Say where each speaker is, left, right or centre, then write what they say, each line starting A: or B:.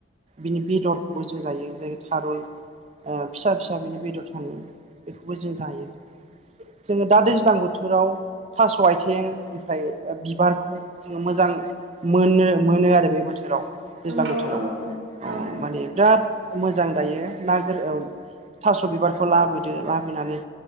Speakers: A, on the right; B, on the right.
A: बिनि बेदरखौबो जों जायो जाय थारुन ओ फिसा फिसा बिनि बेदर थाङो बेखौबो जों जायो। जोङो दा दैज्लां बोथोराव थास' आथिं। ओमफ्राय बिबारखौ जोङो मोजां मोनो मोनो आरो बे बोथोर। बोथोराव दैज्लां
B: नंगौ
A: बोथोराव
B: औ नंगौ औ औ
A: माने बिराद। मोजां दायो ना गोर थास' बिबारखौ लाबोदो लाबोनानै।